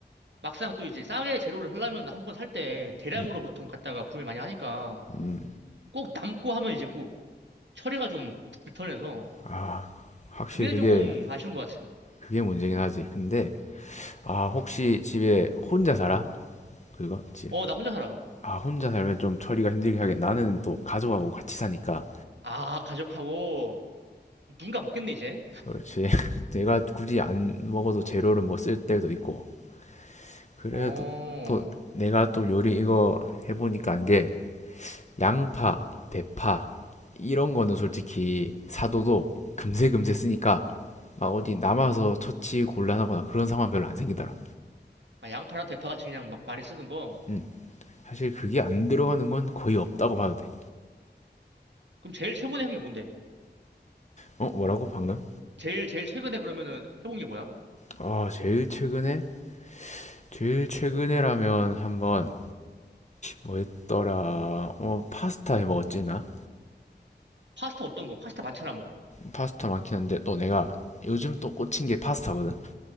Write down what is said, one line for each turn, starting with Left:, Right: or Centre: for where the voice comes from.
Right: 막상 또 이제 싸게 재료를 하려면 한번 살 때 대량으로
Left: 음,
Right: 보통 갖다가 구매 많이 하니까,
Left: 음,
Right: 꼭 남고 하면 이제 꼭 처리가 좀 불편해서
Left: 아, 확실히
Right: 그게
Left: 그게
Right: 조금 아쉬운 것 같아.
Left: 그게 문제긴 하지. 근데 아 혹시 집에 혼자 살아? 그거 집.
Right: 어, 나 혼자 살아.
Left: 아 혼자 살면 좀 처리가 힘들긴 하겠 나는 또 가족하고 같이 사니까.
Right: 아, 가족하고 누군가 먹겠네, 이제.
Left: 그렇지. <laughs> 내가 굳이 안 먹어도 재료를 뭐 쓸 때도 있고. 그래도
Right: 어,
Left: 또 내가 또 요리 이거 해보니까 한 게 양파, 대파 이런 거는 솔직히 사도도 금세 금세 쓰니까 막 어디 남아서 처치 곤란하거나 그런 상황 별로 안 생기더라.
Right: 아, 양파랑 대파같이 그냥 막 많이 쓰는 거.
Left: 음, 사실 그게 안 들어가는 건 거의 없다고 봐도 돼.
Right: 그럼 제일 최근에 해본 게 뭔데?
Left: 어, 뭐라고 방금?
Right: 제일, 제일 최근에 그러면은 해본 게 뭐야?
Left: 아, 제일 최근에 제일 최근에라면 한번 뭐 했더라? 어, 파스타 해 먹었지 나.
Right: 파스타 어떤 거? 파스타 많잖아, 뭐.
Left: 파스타 많긴 한데 또 내가 요즘 또 꽂힌 게 파스타거든.